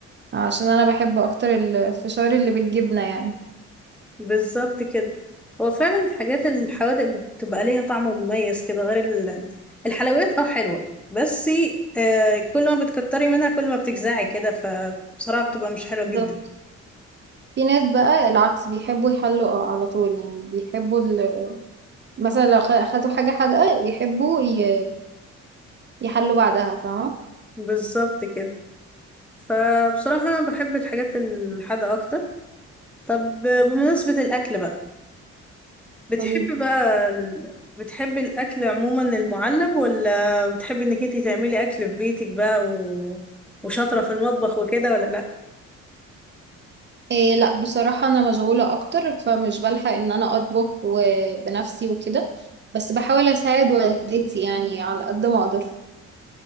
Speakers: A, on the right; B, in the centre.
A: عشان انا بحب اكتر الفشار اللي بالجبنة يعني
B: بالظبط كده هو فعلا الحاجات الحوادق بتبقى ليها طعم مميز كده غير ال- الحلويات اه حلوة بس آه كل ما بتكتري منها كل ما بتجزعي كده فبصراحة بتبقى مش حلوة جدا
A: بالظبط في ناس بقى العكس بيحبوا يحلوا على طول يعني بيحبوا ال... مثلا لو خ- خدوا حاجة حادقة بيحبوا ي... يحلوا بعدها فاهمة
B: بالظبط كده فبصراحة أنا بحب الحاجات الحادقة أكتر طب بمناسبة الأكل بقى بتحبي
A: قوليلي
B: بقى ال... بتحبي الأكل عموما المعلب ولا بتحبي إنك انتي تعملي أكل في بيتك بقى و... وشاطرة في المطبخ وكده ولا لأ
A: إيه لا بصراحة أنا مشغولة أكتر فمش بلحق إن أنا أطبخ و... بنفسي وكده بس بحاول أساعد والدتي يعني على قد ما أقدر